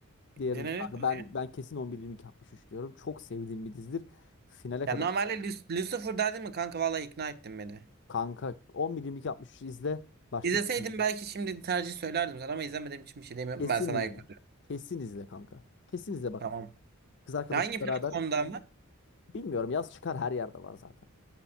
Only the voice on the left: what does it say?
Diğerini
kanka
ben ben kesin 11-22-63 diyorum. Çok sevdiğim bir dizidir. Finale
kadar
kanka 11 altmış üç izle. Başka
hiçbir şey izle.
Kesin
izle.
Kesin izle kanka. Kesin izle bak.
Kız arkadaşımla
beraber
bilmiyorum yaz çıkar her yerde var zaten.